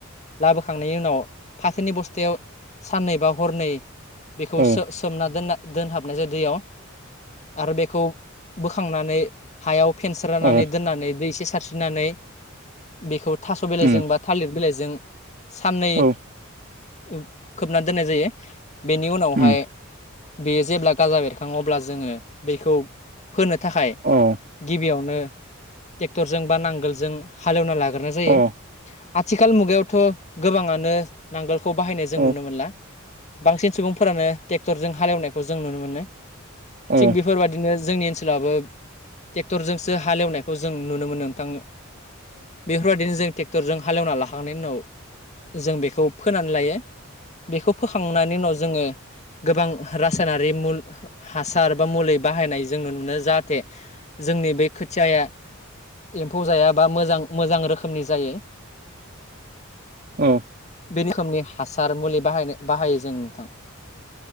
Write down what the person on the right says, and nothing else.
औ
औ
उम
औ
उम
औ
अ औ
औ
औ
<inaudible>
औ